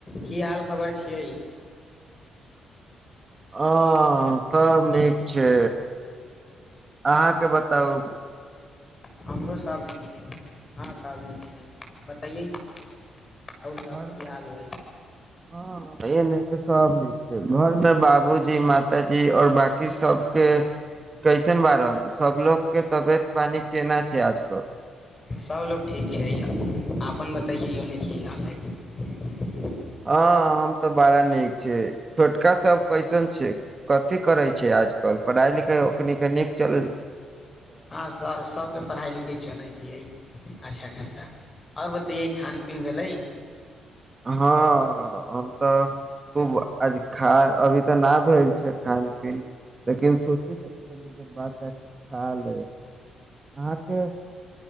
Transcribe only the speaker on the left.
की हाल खबर छियै
हमरो सभ नीक छै हँ तब नीक छै बतैै आओर सभ
की हाल भइ
सभ लोकोक ठीक छै यए अपन बतैयै य ओन्ने की हाल हइ
हँ सभके पढ़ाइ लिखाइ चलैतियै अच्छा आओर बतैैये खान पीन भेलै